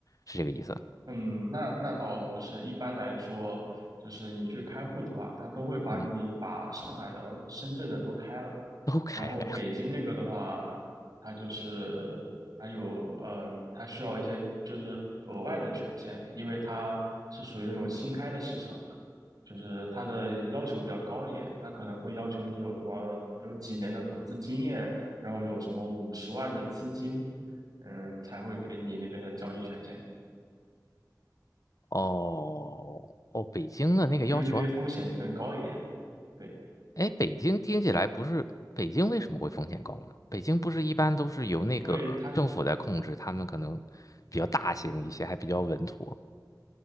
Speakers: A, on the left; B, on the right.
A: 是这个意思？
B: 嗯，那那倒不是，一般来说，就是你去开户的话，他都会把你把上海的和深圳的都开了。
A: 嗯，都开了呀。
B: 然后北京那个的话，它就是它有呃，它需要一些就是额外的权限，因为它是属于那种新开的市场，就是它的要求比较高一点，它可能会要求你有什么有几年的投资经验，然后有什么五十万的资金，嗯，才会给你那边的交易权限，
A: 哦哦，北京的那个要求啊，
B: 因为那边风险更高一点。对，
A: 哎，北京听起来不是北京为什么会风险高呢？北京不是一般都是由那个政府在控制，
B: 因为它
A: 他们可能比较大型一些，还比较稳妥。